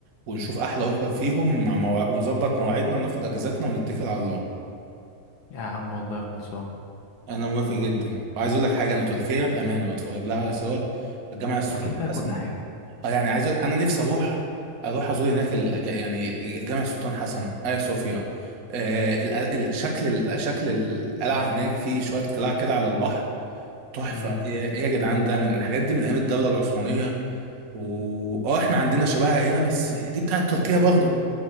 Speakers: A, on the right (about 70°); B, on the left (about 60°).
A: ونشوف احلى اوفر فيهم مع موا... ونظبط مواعيدنا وناخد اجازاتنا ونتكل على الله
B: يا عم والله خلصانه
A: انا موافق جدا وعايز اقول لك حاجه انا تركيا بامانه بتفرج لها على صور الجامع السلطان
B: تركيا فيها
A: حسن
B: كل حاجه
A: اه يعني عايز أقول... انا نفسي اروح اروح ازور هناك الج... يعني جامع السلطان حسن ايا صوفيا آه... ال... ال... شكل ال... شكل القلعه هناك في شويه قلاع كده على البحر تحفه
B: امم
A: ايه إيه يا جدعان ده من الحاجات دي من ايام الدوله العثمانيه و اه احنا عندنا شبهها هنا بس دي بتاعت تركيا برضه